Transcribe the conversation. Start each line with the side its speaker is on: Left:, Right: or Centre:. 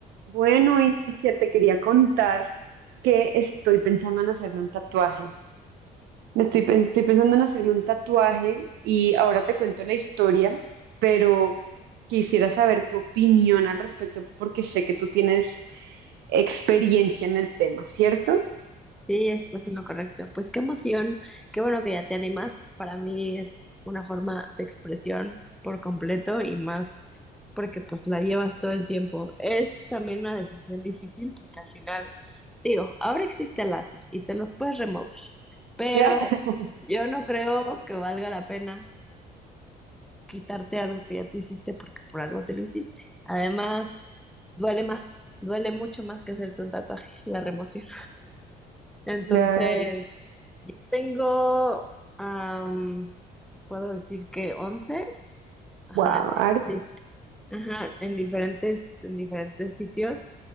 Right: Bueno, y que te quería contar que estoy pensando en hacerme un tatuaje. Me estoy, pen- estoy pensando en hacerme un tatuaje y ahora te cuento la historia, pero quisiera saber tu opinión al respecto porque sé que tú tienes experiencia en el tema, ¿cierto?
Centre: Sí, estás en lo correcto. Pues qué emoción, qué bueno que ya te animas. Para mí es una forma de expresión por completo y más porque pues la llevas todo el tiempo. Es también una decisión difícil porque al final, digo, ahora existe el láser y te los puedes remover, pero
Right: <laughs>
Centre: yo no creo que valga la pena quitarte algo que ya te hiciste porque por algo te lo hiciste. Además, duele más, duele mucho más que hacerte un tatuaje, la remoción. Entonces...
Right: Claro.
Centre: Tengo, am, puedo decir que once ajá,
Right: Wow,
Centre: en di-
Right: arte,
Centre: di- ajá, en diferentes, en diferentes sitios,